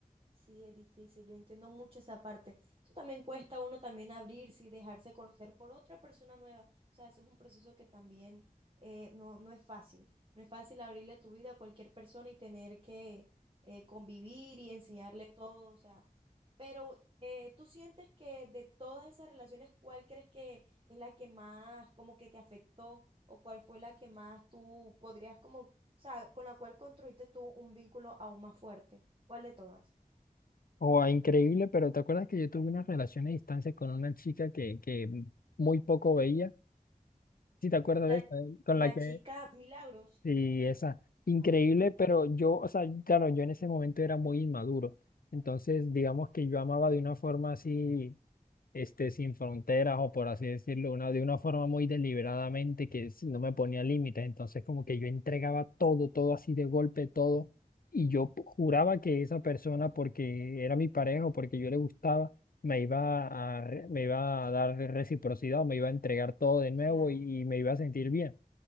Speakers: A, on the right; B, on the left.
A: Sí, es difícil, yo entiendo mucho esa parte. Eso también cuesta a uno también abrirse y dejarse conocer por otra persona nueva. O sea, eso es un proceso que también eh, no, no es fácil. No es fácil abrirle tu vida a cualquier persona y tener que eh, convivir y enseñarle todo. O sea, pero eh, ¿tú sientes que de todas esas relaciones, cuál crees que es la que más como que te afectó o cuál fue la que más tú podrías como, o sea, con la cual construiste tú un vínculo aún más fuerte? ¿Cuál de todas?
B: o a increíble, pero ¿te acuerdas que yo tuve una relación a distancia con una chica que, que muy poco veía? ¿Sí te acuerdas
A: La,
B: de esa? Con
A: la
B: la que,
A: chica Milagros,
B: sí,
A: ella.
B: esa, increíble,
A: Ah, ok,
B: pero yo, o sea, claro, yo en ese momento era muy inmaduro, entonces digamos que yo amaba de una forma así. este, sin fronteras o por así decirlo, una, de una forma muy deliberadamente que es- no me ponía límites. Entonces como que yo entregaba todo, todo así de golpe, todo. Y yo p- juraba que esa persona, porque era mi pareja o porque yo le gustaba, me iba a, re- me iba a dar reciprocidad o me iba a entregar todo de nuevo
A: claro.
B: y, y me iba a sentir bien.